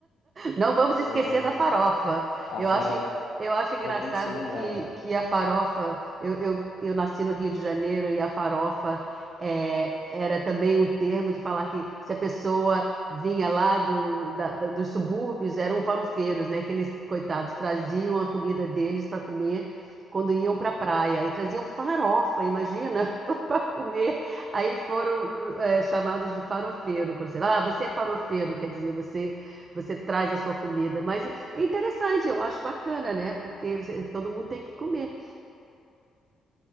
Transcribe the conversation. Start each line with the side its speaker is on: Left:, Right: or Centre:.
Right: Não vamos esquecer
Left: É,
Right: da farofa.
Left: a
Right: Eu
Left: farofa
Right: acho, eu acho engraçado
Left: tem que ser lembrada.
Right: que, que a farofa. Eu, eu, eu nasci no Rio de Janeiro e a farofa é, era também um termo de falar que se a pessoa vinha lá do, da- da- dos subúrbios, eram farofeiros, né? Que eles, coitados, traziam a comida deles para comer. Quando iam para a praia e traziam farofa, imagina, <laughs> para comer. Aí foram eh, chamados de farofeiro. Quando, sei lá, "Ah, você é farofeiro, quer dizer, você você traz a sua comida. Mas é interessante, eu acho bacana, né? Porque você- todo mundo tem que comer.